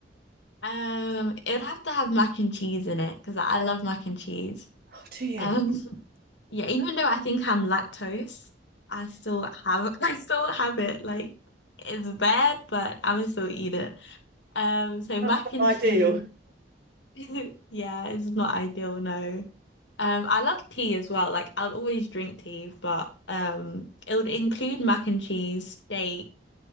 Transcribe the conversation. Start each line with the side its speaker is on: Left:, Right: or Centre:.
Left: Um, it'd have to have mac and cheese in it because I love mac and cheese.
Right: Oh, do you?
Left: Um, <laughs> yeah, even though I think I'm lactose, I still have <laughs> I still have it. Like it's bad, but I would still eat it. Um, so
Right: That's
Left: mac and
Right: not
Left: cheese,
Right: ideal.
Left: <laughs> yeah, it's not ideal, no. Um, I love tea as well. Like I'll always drink tea, but um, it would include mac and cheese, steak,